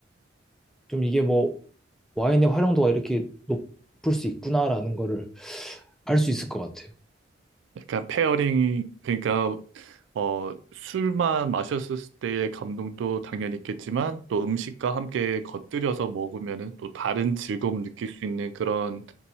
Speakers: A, in the centre; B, on the right.
A: 좀 이게 뭐 와인의 활용도가 이렇게 높을 수 있구나라는 거를 알 수 있을 것 같아요.
B: 약간 페어링이 그러니까 어 술만 마셨을 때의 감동도 당연히 있겠지만 또 음식과 함께 곁들여서 먹으면은 또 다른 즐거움을 느낄 수 있는 그런